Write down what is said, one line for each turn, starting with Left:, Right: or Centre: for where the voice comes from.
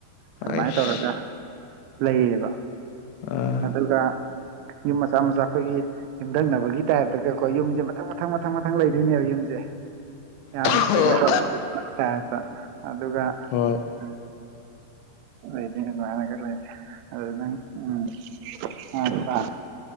Right: ꯑꯗꯨꯃꯥꯏꯅ
Left: ꯑꯩꯁ
Right: ꯇꯧꯔꯒ ꯂꯩꯌꯦꯕ
Left: ꯑꯥ
Right: ꯑꯗꯨꯒ ꯌꯨꯝ ꯃꯆꯥ ꯃꯆꯥ ꯈꯣꯏꯒꯤ ꯌꯨꯝꯊꯪꯅꯕꯒꯤ ꯇꯥꯏꯞꯇꯒꯀꯣ ꯌꯨꯝꯁꯦ ꯃꯊꯪ ꯃꯊꯪ ꯃꯊꯪ ꯃꯊꯪ ꯂꯩꯗꯣꯏꯅꯦꯕ ꯌꯨꯝꯁꯦ ꯌꯥꯝ
Left: ꯑꯥ
Right: ꯀꯩꯅꯣ ꯇꯧꯕꯒꯤ ꯇꯥꯏꯞꯇꯥ ꯑꯗꯨꯒ
Left: ꯍꯣꯏ
Right: <unintelligible> <unintelligible> ꯎꯝ